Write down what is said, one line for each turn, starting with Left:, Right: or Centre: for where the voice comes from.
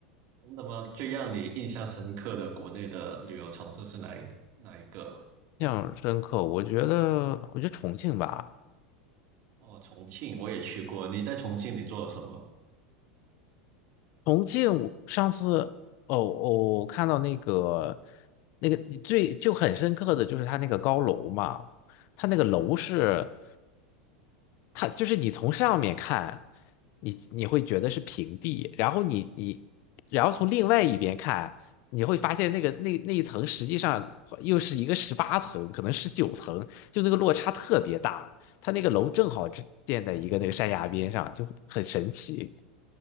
Right: 真的吗？最让你印象深刻的国内的旅游城市是哪一哪一个？
Left: 印象深刻，我觉得我觉得重庆吧，
Right: 哦，重庆我也去过，你在重庆你做了什么？
Left: 重庆，我上次哦哦，我看到那个那个最就很深刻的就是它那个高楼嘛，它那个楼是，它就是你从上面看，你你会觉得是平地，然后你你然后从另外一边看，你会发现那个那那一层实际上又是一个十八层，可能十九层，就那个落差特别大。它那个楼正好是建在一个那个山崖边上，就很神奇。